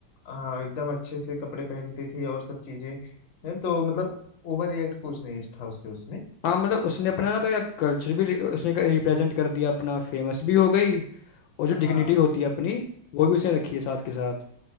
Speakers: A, on the left; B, on the left.
A: हाँ एकदम अच्छे से कपड़े पहनती थी और सब चीजें हैं तो मतलब ओवर रिएक्ट कुछ नहीं था उसके उसमें
B: हाँ मतलब उसने अपना ना भाई कल्चर भी रि- उसने रिप्रेजेंट कर दिया अपना फेमस भी हो गई और जो डिग्निटी
A: हाँ
B: होती है अपनी वो भी उसने रखी है साथ के साथ